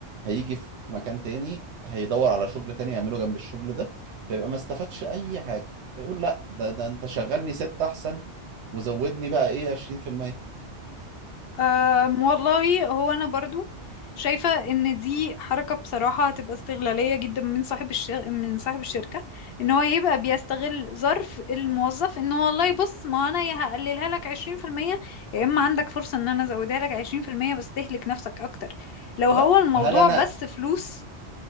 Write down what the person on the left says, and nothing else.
أم والله هو أنا برضو شايفة إن دي حركة بصراحة هتبقى استغلالية جدا من صاحب الشر... من صاحب الشركة إن هو يبقى بيستغل ظرف الموظف إن هو والله بص ما أنا يا هقللها لك عشرين في المية يا إما عندك فرصة إن أنا أزودها لك عشرين في المية بس تهلك نفسك أكتر لو هو
الموضوع
بس فلوس